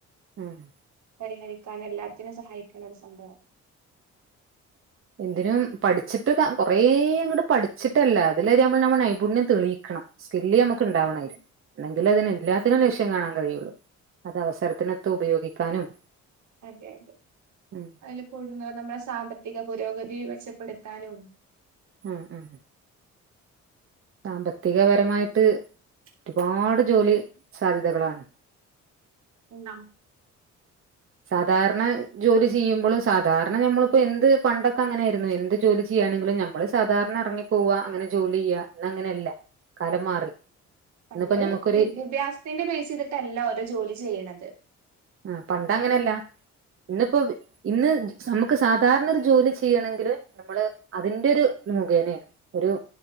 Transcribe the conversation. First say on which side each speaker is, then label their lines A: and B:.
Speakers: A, on the right (about 45°); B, on the right (about 70°).
A: ആഹ്
B: പരിഹരിക്കാനും എല്ലാത്തിനും സഹായിക്കു അങ്ങനൊരു സംഭവാ
A: എന്തിനും പഠിച്ചിട്ട് കാ കൊറേ അങ്ങട് പഠി വച്ചിട്ടല്ല അതില് <unintelligible> നമ്മ നൈപുണ്യം തെളിയിക്കണം സ്കില്ല് നമുക് ക്കുണ്ടാവണം
B: ഉം
A: എന്നെങ്കിലെ അതിന് എല്ലാത്തിനും
B: ഉം ഉം
A: ലക്ഷ്യം കാണാൻ കഴിയുള്ളൂ അത് അവസരത്തിനൊത്ത് ഉപയോഗിക്കാനും
B: അതെ അതെ
A: ഉം
B: അതിൽ കൂടുന്നത് നമ്മുടെ സാമ്പത്തിക പുരോഗ തി മെച്ചപ്പെടുത്താനും
A: ആ ആ സാമ്പത്തികപരമായിട്ട് ഒരുപാട് ജോലി സാധ്യതകളാണ്
B: <unintelligible>
A: സാധാരണ ജോലി ചെയ്യുമ്പളും സാധാരണ ഞമ്മളിപ്പോ എന്ത് പണ്ടൊക്കെ അങ്ങനെ ആയിര്ന്നു എന്ത് ജോലി ചെയ്യ്ണ്ണങ്കിലും ഞമ്മൾ സാധാരണ എറങ്ങി പോവാ അങ്ങനെ ജോലിയ്യാ ഇന്ന് അങ്ങനെയ്യെല്ല കാലം മാറി
B: പണ്ട്
A: ഇന്നിപ്പോ ഞമ്മക്കൊരു
B: വിദ്യാഭ്യാസത്തിന്റെ ബേസ്യ്തിട്ട് അല്ല ഓരോ ജോലി ചെയ്യ്ണത്
A: അ പണ്ട് അങ്ങനെഅല്ല. ഇന്ന്പ്പോ ഇന്ന് നമുക്ക് സാ ധാരണ ഒരു ജോലി ചെയ്യണെങ്കില് നമ്മൾ അതിന്റെ ഒരു മുഖേനയാണ്. ഒരു